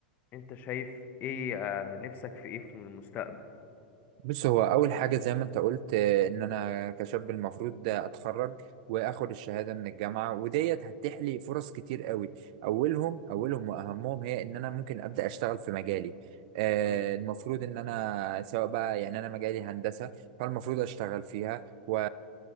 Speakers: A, on the left; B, on the right.
A: أنت شايف إيه آه، نفسك في إيه في المستقبل؟
B: بص هو اول حاجه زي ما انت قلت آه، ان انا كشاب المفروض ده اتخرج واخد الشهاده من الجامعه وديت هتتيح لي فرص كتير قوي اولهم اولهم واهمهم هي ان انا ممكن ابدا اشتغل في مجالي آه،
A: مم.
B: المفروض ان انا سواء بقى يعني انا مجالي هندسه فالمفروض اشتغل فيها و...